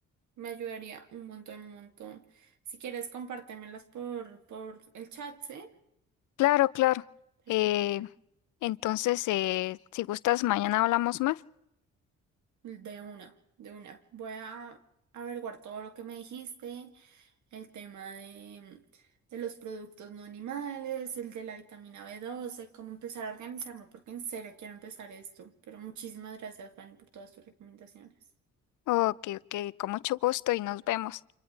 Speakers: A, on the right; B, on the left.
A: me ayudaría un montón, un montón. Si quieres, compártemelas por, por el chat, ¿sí?
B: Claro, claro.
A: ¿Te
B: Eh,
A: parece?
B: entonces, eh, si gustas, mañana hablamos más.
A: De una, de una. Voy a averiguar todo lo que me dijiste. el tema de, de los productos no animales, el de la vitamina b doce cómo empezar a organizarme, porque en serio quiero empezar esto. Pero muchísimas gracias, Fanny, por todas tus recomendaciones.
B: Ok, ok, con mucho gusto y nos vemos.